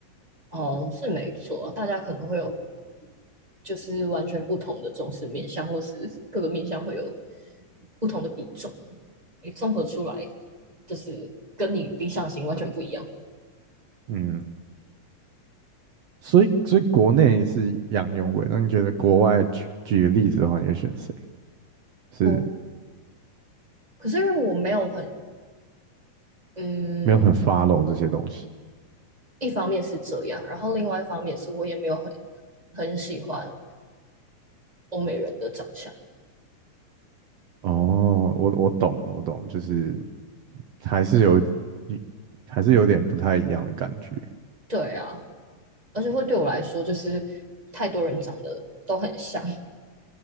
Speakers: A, on the right; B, on the right.
A: 哦，是没错，大家可能会有就是完全不同的重视面向，或是各个面向会有不同的比重。你综合出来，就是跟你理想型完全不一样。
B: <laughs> 嗯，所以所以国内是杨永伟，那你觉得国外举举个例子的话，你会选谁？是。
A: 我可是因为我没有很嗯，
B: 没有很 follow 这些东西。
A: 一方面是这样，然后另外一方面是我也没有很很喜欢欧美人的长相。
B: 哦，我我懂，我懂，就是还是有一，还是有点不太一样的感觉。
A: 对啊，而且会对我来说，就是太多人长得都很像，